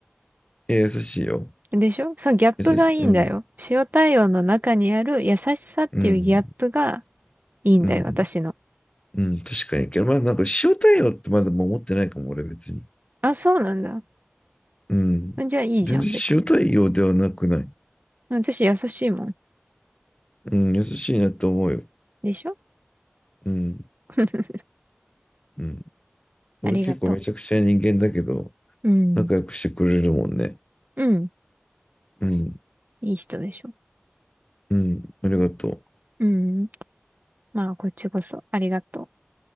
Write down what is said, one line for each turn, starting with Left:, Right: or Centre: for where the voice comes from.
Left: いや、優しいよ。
Right: でしょそのギャップがいいんだよ。
Left: 優しい。うん。
Right: 塩対応の中にある優しさっていうギャップが
Left: うん。
Right: いいんだよ、
Left: うん。
Right: 私の。
Left: うん。確かに。けど、まあ、なんか、塩対応ってまだ守ってないかも、俺別に。
Right: あ、そうなんだ。
Left: うん。
Right: じゃあいいじゃん、
Left: 全然塩対応ではなくない。
Right: 別に。私優しいもん。
Left: うん。優しいなと思うよ。
Right: でしょ
Left: うん。
Right: <laughs>
Left: うん。俺結構めちゃくちゃ人間だけど、
Right: ありがとう。うん。
Left: 仲良くしてくれるもんね。
Right: うん。
Left: うん。
Right: いい人でしょ。
Left: うん、ありがと
Right: うん。まあ、こっちこそありがとう。